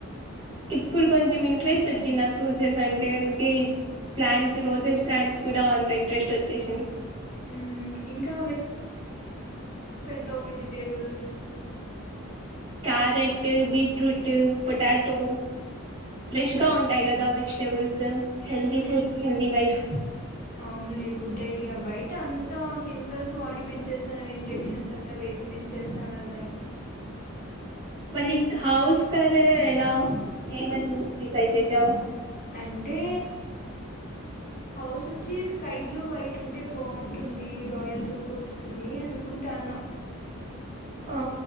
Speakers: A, on the right; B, on the left.
A: ఇప్పుడు కొంచెం ఇంట్రెస్ట్ వచ్చింది నాకు రోసెస్ అంటే అందుకే ప్లాంట్స్ రోసెస్ ప్లాంట్స్ కూడా అంత ఇంట్రెస్ట్ వచ్చేసింది
B: మ్మ్ ఇంకా త్తౌ vegetables
A: carrot beetroot potato fresh గా ఉంటాయి గదా vegetables healthy food healthy life
B: అవున్లే గుడ్ ఐడియా బయట అంతా కెమికల్స్ వాడి పెంచేస్తాన ఇంజెక్షన్స్ అంతా వేసి పెన్ చేసాన దన్ని
A: మళ్ళీ హౌస్ కరే ఎలా ఏమని డిసైడ్ చేసావు
B: అంటే హౌస్ వచ్చి స్కై బ్లూ వైట్ ఉంటే బావుంటుంది రాయల్ లుక్ వస్తుంది అనుకు టాన్న
A: ఆ